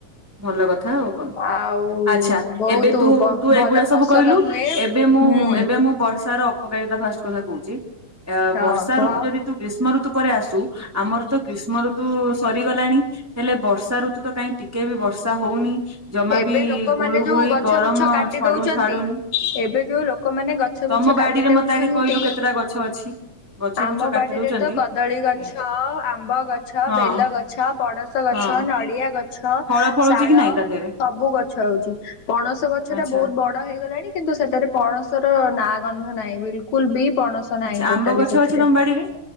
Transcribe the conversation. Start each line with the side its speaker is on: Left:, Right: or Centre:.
Centre: ଭଲ କଥା ଆଉ।
Left: ଆଉ
Centre: ଆଛା
Left: ବହୁତ
Centre: ଏବେ ତୁ
Left: ପ
Centre: ତୁ
Left: ଭଲ
Centre: ଏଗୁଡା
Left: ଫସଲ
Centre: ସବୁ କହିଲୁ
Left: ହୁଏ।
Centre: ଏବେ ମୁଁ
Left: ହୁଁ
Centre: ଏବେ ମୁଁ ବର୍ଷାର ଉପକାରିତା ଫାଷ୍ଟ କଥା କହୁଛି
Left: ହଁ
Centre: ବର୍ଷା
Left: କୁହ
Centre: ଋତୁ ଯଦି ତୁ ଗ୍ରୀଷ୍ମ ଋତୁ ପରେ ଆସୁ ଆମର ତ ଗ୍ରୀଷ୍ମ ଋତୁ ସରିଗଲାଣି। ହେଲେ ବର୍ଷା ଋତୁ ତ କାହିଁ ଟିକେ ବି ବର୍ଷା ହଉନି। ଜମା
Left: ଏବେ
Centre: ବି
Left: ଲୋକମାନୋନ
Centre: ଗୁଳୁ
Left: ଯୋଉ
Centre: ଗୁଳି
Left: ଗଛ
Centre: ଗରମ
Left: ବୁଛ କାଟି
Centre: ଛଡୁ
Left: ଦଉଛନ୍ତି।
Centre: ଛାଡୁନି।
Left: ଏବେ ଯୋଉ ଲୋକମାନେ ଗଛ
Centre: ତମ
Left: ବୃଛ
Centre: ବାଡିରେ
Left: କାଟି ଦଉଛନ୍ତି।
Centre: ମତେ ଆଗେ କହିଲୁ କେତେଟା ଗଛ ଅଛି? ଗଛ
Left: ଆମ
Centre: ବୁଛ କାଟି
Left: ବାଡିରେ
Centre: ଦଉଛନ୍ତି
Left: ତ କଦଳୀଗଛ ଆମ୍ବଗଛ
Centre: ହଁ
Left: ବେଲଗଛ। ପଣସଗଛ
Centre: ହଁ
Left: ନଡ଼ିଆଗଛ
Centre: ଫଳ ଫଳୁଛି
Left: ଶାଳ।
Centre: କି ନାଇଁ ତା ଦେହରେ?
Left: ସବୁ ଗଛ ହୋଉଛି ପଣସ ଗଛଟା
Centre: ଆଚ୍ଛା
Left: ବହୁତ ବଡ ହେଇଗଲାଣି କିନ୍ତୁ ସେଠାରେ ପଣସର ନା ଗନ୍ଧ ନାହିଁ ବିଲକୁଲ ବି ପଣସ ନାହିଁ
Centre: ଆଚ୍ଛା
Left: ଟୋଟାଲି
Centre: ଆମ୍ବ ଗଛ
Left: ସେଥିରେ।
Centre: ଅଛି ତମ ବାଡିରେ